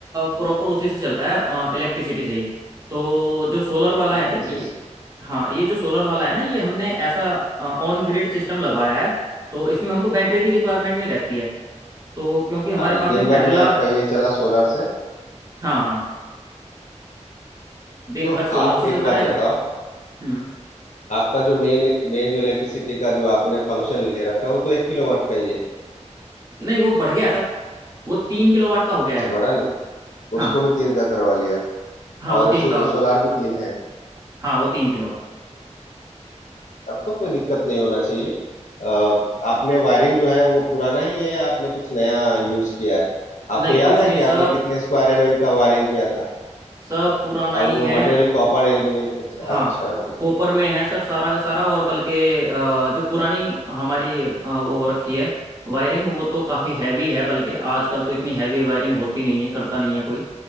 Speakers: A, on the right; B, on the left.
A: प्रॉपर उसी से चलता है इलेक्ट्रिसिटी से ही तो जो सोलर
B: इलेक्ट्रिसिटी
A: वाला है ये
B: से चलता
A: हाँ ये जो सोलर वाला है ना ये हमने ऐसा ऑन ग्रिड सिस्टम लगवाया है तो इसमें हमको बैटरी की रिक्वायरमेंट नहीं रहती है तो क्योंकि
B: है
A: हमारे
B: हाँ जी
A: पास
B: दिन
A: में
B: भर
A: पहला
B: में आपका ये चला सोलर से
A: हाँ हाँ दिन
B: तो
A: भर सोलर
B: आप
A: से चलता
B: एक बात
A: रहेगा
B: बताओ
A: हम्म
B: आपका जो मेन मेन जो इलेक्ट्रिसिटी का जो आपने फंक्शन ले रखा है वो तो एक किलोवाट का ही है
A: नहीं वो बढ़ गया सर वो तीन किलोवाट का हो गया
B: अच्छा
A: है
B: बढ़ा ले
A: हाँ
B: उसको भी तीन का करवा लिया
A: हाँ वो
B: और
A: तीन
B: सो,
A: का
B: सोलार भी तीन है
A: हाँ वो तीन किलोवाट
B: तब तो कोई दिक्कत नहीं होना चाहिए आ, आपने वायरिंग जो है वो पुराना ही है या आपने कुछ नया यूज किया है आपको
A: नहीं
B: याद
A: कुछ
B: है
A: नहीं
B: कि
A: सब
B: आपने कितने स्क्वायर एमएम का वायरिंग किया था
A: सब पुराना ही
B: और वो
A: है
B: मटेरियल कॉपर एल्यूमिनियम का अच्छा
A: हाँ
B: अच्छा अच्छा
A: कॉपर में है सर सारा का सारा और बल्कि अ, जो पुरानी हमारी अ, वो हो रखी है वायरिंग वो तो काफ़ी हैवी है बल्कि आजकल तो इतनी हैवी वायरिंग होती नहीं है करता नहीं है कोई